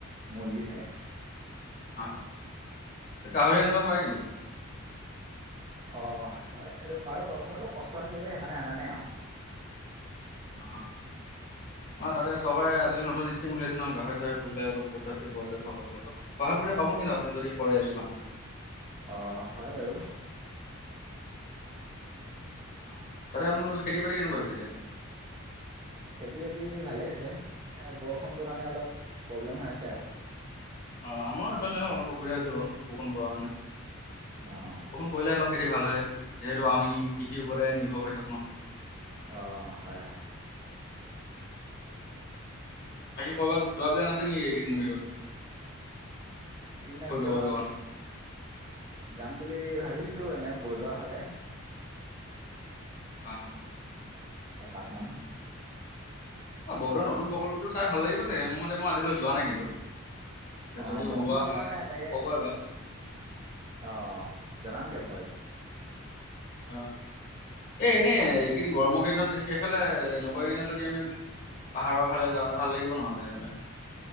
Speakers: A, on the right (about 25°); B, on the left (about 40°).
A: মুৰ্গী চৰাই
B: অ গাহৰি আনিব পাৰে কিন্তু
A: অ হয় এইটো পাৰো বাৰ অলপ কষ্ট আছে যে সেইকাৰণে অনা নাই আৰু
B: আহ ন তা চৰকাৰে আজিকাল নতুন স্কম উলাইছে ন গাহৰি চাহৰি পুহিলে অল পইচাতি পোৱা যায় চৰ লগত সহা সতে পাব কিন্তু আপুনি যদি কৰে এইটো কাম
A: অ হয় বাৰু
B: আহ তাতে আপোনালোকৰ খেতি বাতি কেনেকুৱা হৈছে এতিয়া
A: খেতি বাতি ভালেই হৈছে এ বৰষুণটোৰ কাৰণে অলপ প্ৰব্লেম হৈ আছে আৰু
B: অ আমাৰ এইফালে অলপ অসুবিধা হৈছে বাৰু বৰষুণ পোৱা কাৰণে
A: অ'
B: বৰষুণ পৰিলে অলপ খেতি ভাল হয় যিহেতু আমি কৃষিৰ ওপৰতে নিৰ্ভৰ কৰি থাকো ন
A: অ হয় হয়
B: বাকী কৰ'ৰবাত দৰা প্লোইন আছে নেকি এইকেইদিনৰ ভিতৰত
A: এইদিনাৰত
B: ফুৰিব কৰিব কাৰণে?
A: যাম বুলি ভাবিছো এনে বু দুৱাৰ হাললে
B: অ
A: এপাকমানান
B: অ বহুতৰ নতুন প্ৰকল্পটো চাই ভাল লাগিব চ মোৰ মতে মই আজিলৈ যোৱা নাই কিন্তু
A: অ
B: যদি
A: ময়ো
B: ওলোৱা
A: গৈ
B: হয়
A: পোৱা নাই
B: মোকো
A: তাকে
B: ক'ব এবাৰ।
A: অ জনাম দিয়ক বাৰো
B: অ এ এনেই এইকেইদিন গৰমৰ কেইদিনত সেইফাললে নগৰকেইিনত যদি আমি পাহাৰৰ ফালে যাওঁতে ভাল লাগিব নহলে এইফালে